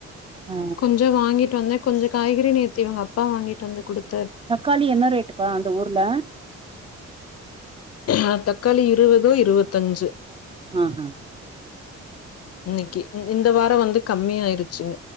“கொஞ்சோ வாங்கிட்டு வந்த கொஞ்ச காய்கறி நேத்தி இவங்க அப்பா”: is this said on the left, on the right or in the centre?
Left